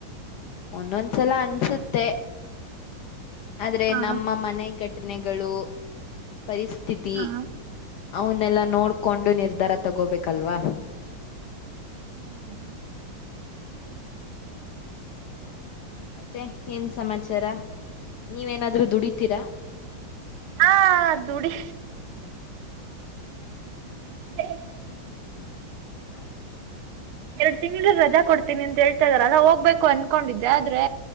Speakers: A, on the left (about 75°); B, on the right (about 85°).
A: ಒಂದೊಂದ್ಸಲ ಅನ್ಸುತ್ತೆ ಆದ್ರೆ
B: ಹಾ
A: ನಮ್ಮ ಮನೆ ಗಟ್ಟಿ ಘಟನೆಗಳು ಪರಿಸ್ಥಿತಿ
B: ಹಾ
A: ಅವನ್ನೆಲ್ಲಾ ನೋಡ್ಕೊಂಡು ನಿರ್ಧಾರ ತಗೋಬೇಕಲ್ವಾ
B: ಹೌದಾ
A: ಮತ್ತೆ ಏನ್ ಸಮಾಚಾರ ನೀವೇನಾದ್ರೂ ದುಡಿತೀರಾ
B: ಹಾ ದುಡಿ ಅತ್ತ
A: ಹಾ
B: ಎರಡ್ ತಿಂಳ ರಜಾ ಕೊಡ್ತೀನಿ ಅಂತ ಹೇಳ್ತಾ ಇದಾರೆ ರಜಾ ಹೋಗ್ಬೇಕು ಅನ್ಕೊಂಡಿದ್ದೆ ಆದ್ರೆ